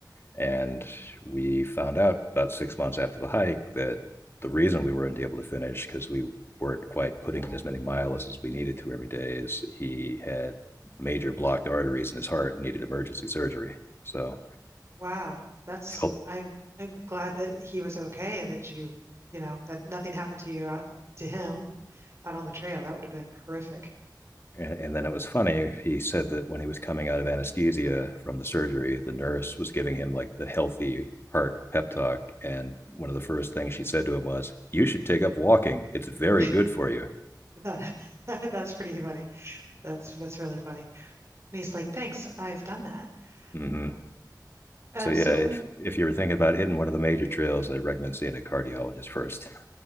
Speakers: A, on the left; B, on the right.
A: And we found out about six months after the hike that the reason we weren't able to finish because we weren't quite putting in as many miles as we needed to every day is he had major blocked arteries in his heart and needed emergency surgery. So
B: wow. That's
A: felt
B: I'm I'm glad that he was okay and that you you know that nothing happened to you out to him out on the trail. That would have been horrific.
A: and, and, then it was funny. He said that when he was coming out of anesthesia from the surgery, the nurse was giving him like the healthy heart pep talk. And one of the first things she said to him was, You should take up walking. It's very
B: <laughs>
A: good for you.
B: That <laughs> That's pretty funny. That's that's really funny. And he's like, "Thanks, I've done that."
A: Mm-hmm.
B: Um, uh,
A: So yeah,
B: so
A: if if you're thinking about hitting one of the major trails, I recommend seeing a cardiologist 1st